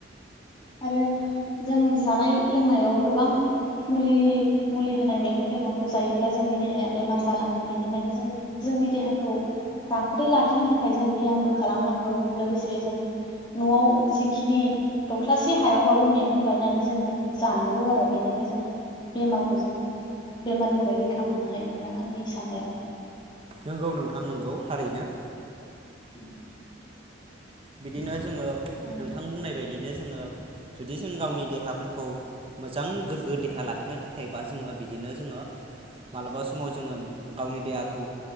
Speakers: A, on the left; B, on the right.
A: आरो जों जानाय लोंनायाव गोबां मुलि मुलि होनाय मैगं थाइगंखौ जायोब्ला जोंनि देहाया बेमार जालाङो बेनिखायनो जों जोंनि देहाखौ राफोदै लाखिनो थाखाय जों बियामबो खालामनांगौ लोगोसे जों न'आव जिखिनि दख्लासे हायावबाबो मैगं गायनानै जोङो जानांगौ आरो बेनिफ्राय जों बेमारखौ जों बेमारनिफ्राय रैखा मोननो हायो नोंथां आंनि साननायाव
B: नंगौ नोंथां नोंगौ थारैनो
A: उम।
B: बिदिनो जोङा
A: औ
B: नोंथां बुंनाय बायदिनो जो जुदि जों गावनि देहाफोरखौ मोजां गोगो देहा लाखिनो थाखायबा जोङो बिदि बिदिनो जोङो मालाबा समाव जोङो गावनि देहाखौ